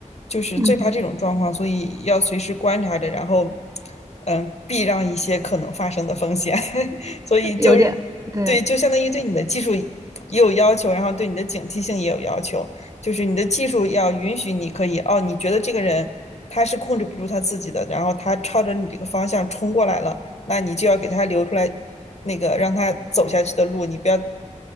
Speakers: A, on the left; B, on the right.
A: 就是最怕这种状况，
B: 嗯，
A: 所以要随时观察着，然后嗯，避让一些可能发生的风险，<laughs> 所以就是对，
B: 有点，对，
A: 就相当于对你的技术也有要求，然后对你的警惕性也有要求。就是你的技术要允许你可以哦，你觉得这个人他是控制不住他自己的，然后他朝着你这个方向冲过来了，那你就要给他留出来那个让他走下去的路，你不要